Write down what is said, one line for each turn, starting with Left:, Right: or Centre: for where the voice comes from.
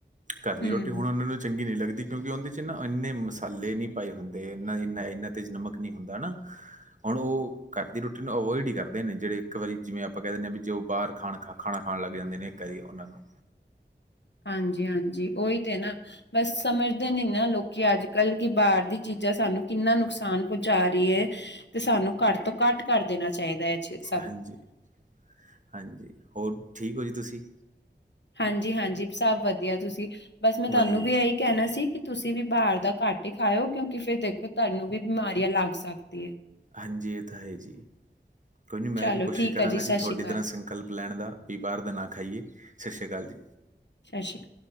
Right: ਘਰ ਦੀ
Left: ਹੂੰ
Right: ਰੋਟੀ ਹੁਣ ਉਹਨਾਂ ਨੂੰ ਚੰਗੀ ਨਹੀਂ ਲੱਗਦੀ ਕਿਉਂਕਿ ਉਹਦੇਚ ਨਾ ਇੰਨੇ ਮਸਾਲੇ ਨਹੀਂ ਪਾਏ ਹੁੰਦੇਨਾ ਇੰਨਾ ਤੇਜ਼ ਨਮਕ ਨਹੀਂ ਹੁੰਦਾ ਹੈ। ਨਾ ਹੁਣ ਉਹ ਘਰ ਦੀ ਰੋਟੀ ਨੂੰ ਅਵੋਇਡ ਹੀ ਕਰਦੇ ਨੇ ਜਿਹੜੇ ਇੱਕ ਵਾਰੀ ਜਿਵੇਂ ਆਪਾਂ ਕਹਿ ਦਿੰਦੇ ਹਾਂ ਵੀ ਜੇ ਉਹ ਬਾਹਰ ਖਾਣਾ ਖਾ ਖਾਣਾ। ਹਾਣ ਲਗੀਆਂ ਜਾਂਦੀਆਂ ਨੇ ਇੱਕ ਕਈਾਰੀ ਉਹਨਾਂ ਨੂੰ।
Left: ਹਾਂਜੀ-ਹਾਂਜੀ ਉਓਹੀ ਤੇ ਨਾ। ਬਸ ਸਮਝਦੇ ਨਈ ਨਾ ਲੋਕੀ ਅੱਜ ਕੱਲ੍ਹ, ਕਿ ਬਾਹਰ ਦੀ ਚੀਜ਼ਾਂ ਸਾਨੂੰ ਕਿੰਨਾ ਨੁਕਸਾਨ ਪਹੁੰਚਾ ਰਈ ਏ। ਤੇ ਸਾਨੂੰ ਘੱਟ ਤੋਂ ਘੱਟ ਕਰ ਦੇਣਾ ਚਾਹੀਦਾ ਇਹ ਚੀਜ਼।
Right: ਹਾਂਜੀ-ਹਾਂਜੀ ਹੋਰ ਠੀਕ ਹੋ ਜੀ ਤੁਸੀਂ।
Left: ਹਾਂਜੀ-ਹਾਂਜੀ ਸਭ ਵਧੀਆ ਤੁਸੀਂ ਬਸ ਮੈਂ ਤੁਹਾਨੂੰ
Right: ਵਧੀਆ ਜੀ
Left: ਵੀ ਇਹੀ ਕਹਿਣਾ ਸੀ ਕਿ ਤੁਸੀਂ ਵੀ ਬਾਹਰ ਦਾ ਘੱਟ ਹੀ ਖਾਓ ਕਿਉਂਕਿ ਫਿਰ ਦੇਖੋ ਤੁਹਾਨੂੰ ਵੀ ਬਿਮਾਰੀਆਂ ਲੱਗ ਸਕਦੀ ਹੈ।
Right: ਹਾਂਜੀ ਇਹ ਤਾਂ ਹੈ। ਜੀ ਕੋਈ ਨਹੀਂ ਮੈਂ
Left: ਚਲੋ
Right: ਵੀ ਕੋਸ਼ਿਸ਼
Left: ਠੀਕ
Right: ਕਰਾਂਗਾ
Left: ਹੈ ਸਤਿ
Right: ਜੀ
Left: ਸ਼੍ਰੀ
Right: ਤੁਹਾਡੀ
Left: ਅਕਾਲ
Right: ਤਰ੍ਹਾਂ ਸਿਮ। ਵਿਕਲਪ ਲੈਣ ਦਾ ਵੀ ਬਾਹਰ ਦਾ ਨਾਂ ਖਾਈਏ ਸਤਿ ਸ਼੍ਰੀ ਅਕਾਲ ਜੀ।
Left: ਸਤ ਸਰਿ ਅਕਾਲ ਜੀ।